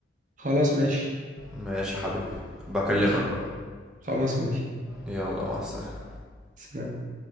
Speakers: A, on the right (about 45°); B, in the centre.
A: خلاص ماشي
B: ماشي يا حبيبي بكلمك
A: ماشي
B: بقى
A: خلاص ماشي
B: يلا مع السلامة
A: سلام